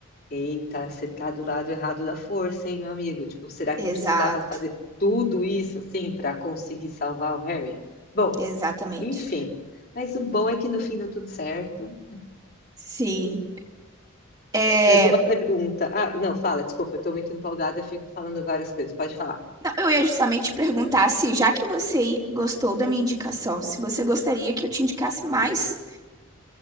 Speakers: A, on the left; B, on the right.
A: eita, você tá do lado errado da força, hein, meu amigo? Tipo, será
B: Exato,
A: que precisava fazer tudo isso, assim, para conseguir salvar o Harry? Bom,
B: exatamente.
A: enfim. Mas o bom é que no fim deu tudo certo.
B: Sim. É,
A: Mas uma pergunta. Ah, não, fala, desculpa, eu tô muito empolgada, eu fico falando várias coisas. Pode falar.
B: não, eu ia justamente te perguntar se, já que você gostou da minha indicação, se você gostaria que eu te indicasse mais